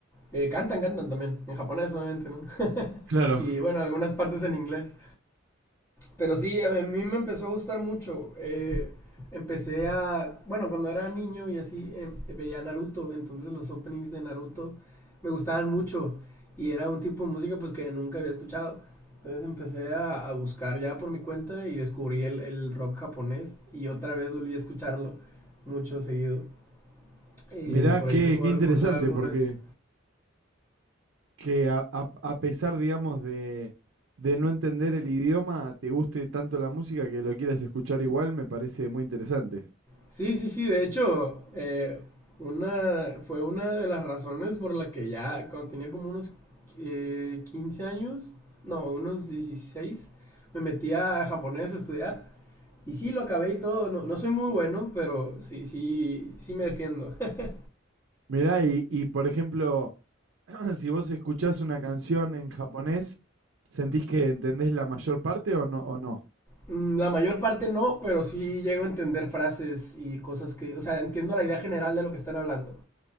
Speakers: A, on the left; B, on the right.
A: Eh, cantan, cantan también, en japonés obviamente, ¿no? <laughs>
B: Claro,
A: Y bueno, algunas partes en inglés. Pero sí, a mí me empezó a gustar mucho. Eh, empecé a, bueno, cuando era niño y así, em, veía Naruto, entonces los openings de Naruto me gustaban mucho y era un tipo de música pues que nunca había escuchado. Entonces empecé a, a buscar ya por mi cuenta y descubrí el, el rock japonés y otra vez volví a escucharlo mucho seguido. Y
B: mirá,
A: de por
B: qué,
A: ahí te puedo
B: qué
A: recomendar
B: interesante,
A: algunas.
B: porque que a, a- a pesar, digamos, de, de no entender el idioma, te guste tanto la música que lo quieras escuchar igual, me parece muy interesante.
A: Sí, sí, sí, de hecho, eh, una, fue una de las razones por la que ya cuando tenía como unos eh, 15 años, no, unos 16 me metí a japonés a estudiar. Y sí, lo acabé y todo. No, no soy muy bueno, pero sí, sí, sí me defiendo. <laughs>
B: Mirá, y, y por ejemplo... <clears throat> si vos escuchás una canción en japonés, ¿sentís que entendés la mayor parte o no? O no?
A: La mayor parte no, pero sí llego a entender frases y cosas que, o sea, entiendo la idea general de lo que están hablando.